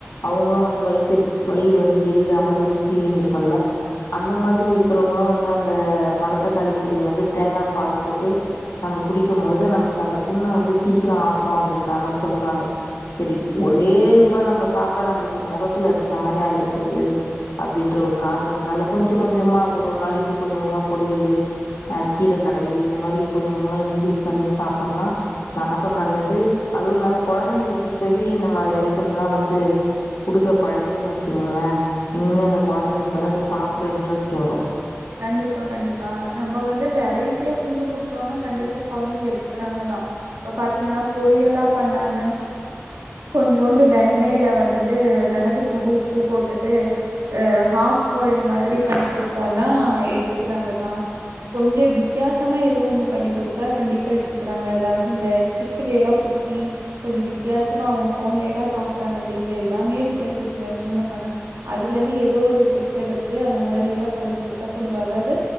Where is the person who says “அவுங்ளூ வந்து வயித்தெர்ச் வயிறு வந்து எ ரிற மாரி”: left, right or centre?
Left